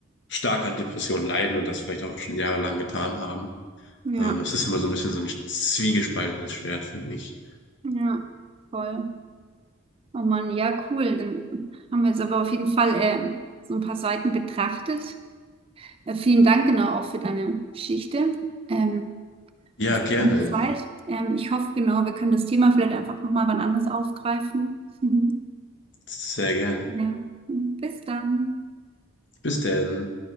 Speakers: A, on the left (about 60°); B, on the right (about 25°).
A: stark an Depressionen leiden und das vielleicht auch schon jahrelang getan haben.
B: Ja,
A: Ähm, das ist immer so ein bisschen so ein zwiegespaltenes Schwert, finde ich.
B: ja, voll. Oh Mann, ja, cool. Dann haben wir jetzt aber auf jeden Fall äh, so ein paar Seiten betrachtet. Äh, vielen Dank genau auch für deine Geschichte. Ähm,
A: Ja, gerne.
B: und die Zeit. Ähm, ich hoffe genau, wir können das Thema vielleicht einfach nochmal wann anders aufgreifen. Mhm.
A: Sehr gerne.
B: Ja, bis dann.
A: Bis denn.